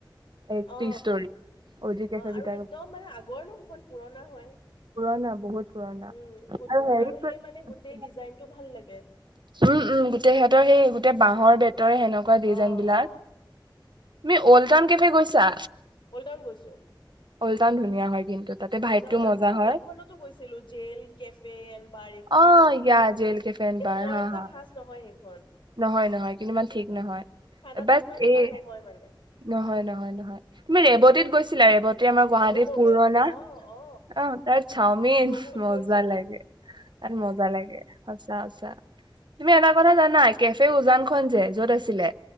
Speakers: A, on the right (about 65°); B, on the left (about 75°).
A: এই
B: অ
A: টি ষ্টৰি জি কেফে
B: অ আৰু
A: বিলাকৰ
B: একদম মানে আগৰ নো সমান পুৰণা হয়।
A: পুৰণা বহুত পুৰণা
B: উম বহুত পুৰণা
A: হেৰি
B: আৰু
A: কৰি
B: সেই মানে গোটেই ডিজাইনতটো ভাল। ভাল লাগে।
A: উম উম গোটেই সিহঁতৰ সেই গোটেই বাঁহৰ বেতৰ সেনেকুৱা ডিজাইন
B: অ
A: বিলাক।
B: অ
A: তুমি অল্ড টাউন কেফে গৈছা।
B: কলউন গৈছো।
A: উলটান ধুনীয়া হয় কিন্তু। তাতে ভাইভটো
B: অল্ড টাউন তাৰপিছত
A: মজা হয়
B: এইখনতো গৈছিলো জেল কেফে এন বাৰ এইখন
A: অ
B: যে
A: ইয়া জেল কেফে এণ্ড
B: কিন্তু।
A: বাৰ
B: বৰ
A: হা
B: এটা
A: হা
B: খচ নহয়। হয়।
A: নহয় নহয় কিন্তু ইমান ঠিক নহয়
B: খানাটো
A: বাট
B: ইমান
A: এই।
B: ভাল নহয় মানে।
A: নহয় নহয় নহয় তুমি ৰেৱতীত গৈছ। চিলাই বত। আমাৰ গুৱাহাটীত
B: গৈছো
A: পুৰণা
B: গৈছো অ অ
A: আহ তাইৰ চাওমিন
B: বহুত
A: মজা
B: গৈছো তাত
A: লাগে তাত মজা লাগে সঁচা তুমি এটা কথা জানা কে উাজান। খ যে য'ত আছিলে।